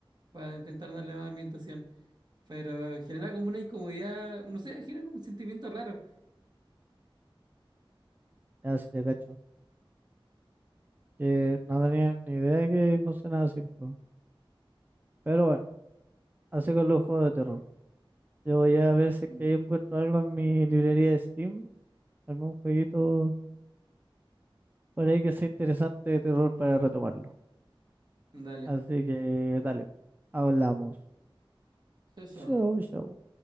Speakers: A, on the right; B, on the right.
A: para intentar darle más ambientación. Pero genera como una incomodidad, no sé, genera como un sentimiento raro.
B: Ya sí te cacho. Que no tenía ni idea de que funcionaba así el juego. Pero bueno, así con los juegos de terror. Yo voy a ver si es
A: Mm,
B: que yo encuentro algo en mi librería de Steam, algún jueguito por ahí que sea interesante de terror para retomarlo.
A: Dale.
B: Así que dale, hablamos.
A: Chao, chao.
B: Chau, chau.